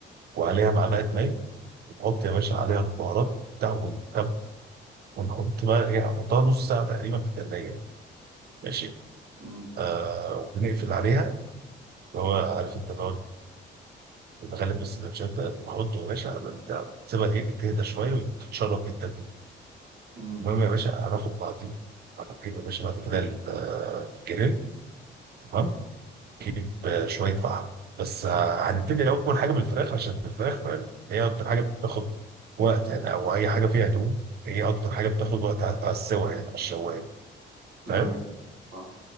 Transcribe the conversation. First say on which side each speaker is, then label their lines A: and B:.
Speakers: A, on the right; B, on the right.
A: وعليها معلقه ماء ونحط يا باشا عليها البهارات وبتاع والتب ونحط بقى ايه نحطها نص ساعه تقريبا في الثلاجه يعني. ماشي
B: مم،
A: آه ونقفل عليها اللي هو عارف انت اللي هو بنغلب السندوتشات ده نحطه يا باشا على البتاع تسيبها ايه تهدى شويه وتتشرب انت
B: مم.
A: المهم يا باشا هناخد بعضينا هتجيب يا باشا بعد كده ال- آه، الجريل تمام بشويه فحم بس آه، هنبتدي اول حاجه بالفراخ عشان الفراخ فاهم هي اكتر حاجه بتاخد وقت يعني او اي حاجه فيها دهون هي اكتر حاجه بتاخد وقت على على السوا يعني على الشوايه فاهم
B: دايت آه،